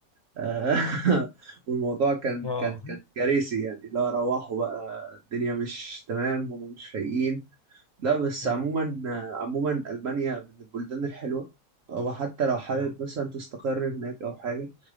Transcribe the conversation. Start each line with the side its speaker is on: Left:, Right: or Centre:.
Right: <laughs> والموضوع كان
Left: اه
Right: كان كان كارثي يعني لا روحوا بقى الدنيا مش تمام هم مش فايقين لا بس
Left: مم.
Right: عموما عموما ألمانيا من البلدان الحلوة أو حتى لو حابب
Left: اه
Right: مثلا تستقر هناك أو حاجة